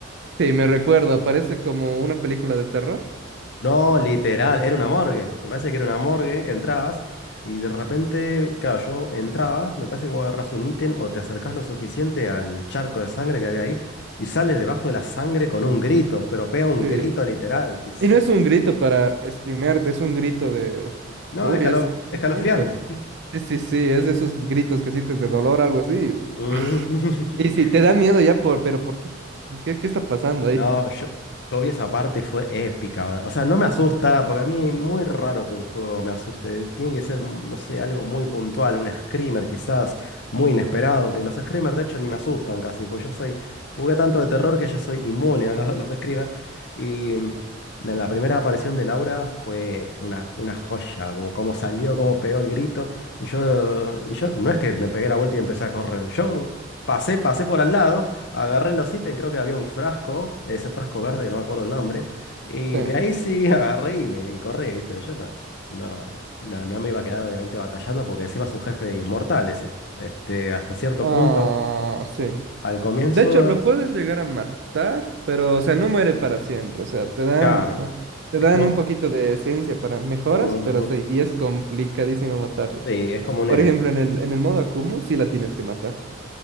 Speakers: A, on the right; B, on the left.
A: Sí, me recuerdo, aparece como una película de terror.
B: No, literal, era una morgue. Me parece que era una morgue que entrabas y de repente, claro, yo entraba, me parece que vos agarras un ítem o te acercás lo suficiente al charco de sangre que había ahí y sales debajo de la sangre con un grito, pero pega un
A: Sí.
B: grito literal, que es,
A: Y no es un grito para esgrimarte, es un grito de...
B: no,
A: Uy,
B: escalo-
A: es <laughs>
B: escalofriante,
A: distinto.
B: sí.
A: Sí, sí, sí, es de esos gritos que sientes de dolor, algo así. <laughs>
B: Mm. <laughs>
A: Y sí, te da miedo ya por... Pero ¿por qué? ¿Qué, qué está pasando ahí?
B: No, yo, yo vi esa parte, fue épica, ¿verdad? O sea, no me asusta, porque a mí muy raro que un juego me asuste. Tiene que ser, mm, no sé, algo muy puntual, un screamer quizás, muy inesperado, que los screamers de hecho ni me asustan casi, porque yo soy, jugué tanto de terror que ya soy inmune a lo- <laughs> los, screamers. Y mm, la primera aparición de Laura fue una, una joya, como como salió, cómo pegó el grito. Y yo, y yo, no es que me pegué la vuelta y empecé a correr, yo pasé, pasé por al lado. Agarré los ítems, creo que había un frasco, ese frasco verde que no me acuerdo el nombre, y
A: Sí.
B: de ahí sí <laughs> agarré y me y corrí, ¿viste? Yo no, no, no, no me iba a quedar obviamente batallando porque encima es un jefe inmortal ese. Este, hasta cierto
A: Ah,
B: punto,
A: sí.
B: al comienzo,
A: De hecho, lo puedes llegar a matar, pero, o sea, no muere para siempre. O sea, te dan,
B: claro,
A: un- te
B: es
A: dan
B: como...
A: un poquito de esencia para mejoras,
B: Ujú.
A: pero hasta ahí. Y es complicadísimo matarlo.
B: Sí, es como un
A: Por
B: Némesis.
A: ejemplo, en el, en el modo Akumu sí la tienes que matar.